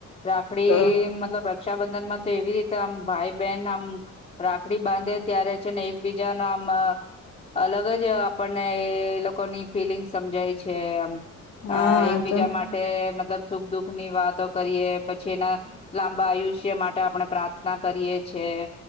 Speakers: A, on the left; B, on the left.
A: રાખડી
B: તો
A: મતલબ રક્ષાબંધન માં તો એવી રીતે આમ ભાઈ બહેન આમ રાખડી બાંધે ત્યારે છે ને, એકબીજાને આમ અલગ જ આપણને લોકોની ફિલિંગ સમજાય છે. આમ
B: હા
A: અ એકબીજા
B: તો
A: માટે મતલબ સુખ દુઃખ ની વાતો કરીએ. પછી એના લાંબા આયુષ્ય માટે આપણે પ્રાર્થના કરીએ છે.